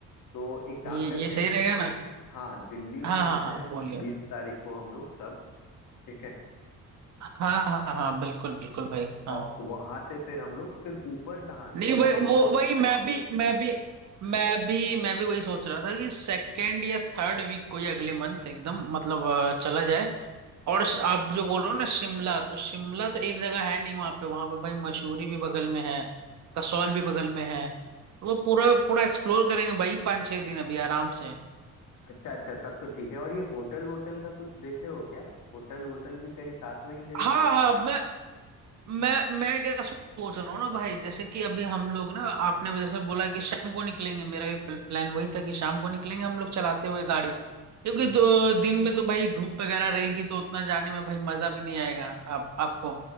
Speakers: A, on the left (about 70°); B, on the right (about 55°).
A: तो एक काम
B: ये
A: करते
B: ये सही
A: हैं
B: रहेगा ना
A: हाँ दिल्ली में
B: हाँ
A: मिलते
B: हाँ हाँ
A: हैं
B: बोलिए
A: बीस तारीख को हम लोग सब ठीक है
B: हाँ हाँ हाँ बिल्कुल बिल्कुल भाई हाँ
A: और वहां से फिर हम लोग फिर ऊपर कहाँ सीधा
B: नहीं भाई
A: शिमला
B: वो वही मैं भी मैं भी मैं भी मैं भी वही सोच रहा था कि सेकेंड या थर्ड वीक को ही अगले मंथ एकदम मतलब अ, चला जाए और श- आप जो बोल रहे हो ना शिमला तो शिमला तो एक जगह है नहीं वहां पे वहां पे भाई मसूरी भी बगल में है कसौल भी बगल में है तो पूरा पूरा एक्सप्लोर करेंगे भाई पाँच छह दिन अभी आराम से
A: अच्छा अच्छा तब तो ठीक है और ये होटल वोटल का कुछ देखे हो क्या होटल वोटल भी कहीं साथ में ही ले
B: हाँ
A: लेते हैं
B: हाँ मैं मैं मैं क्या सोच रहा हूँ ना भाई जैसे कि अभी हम लोग ना आपने जैसे बोला कि शाम को निकलेंगे मेरा भी प्लान वही था कि शाम को निकलेंगे हम लोग चलाते हुए गाड़ी क्योंकि
A: हम्म
B: दो दिन में तो भाई धूप वगैरह रहेगी तो उतना जाने में भाई मजा भी नहीं आएगा आप आपको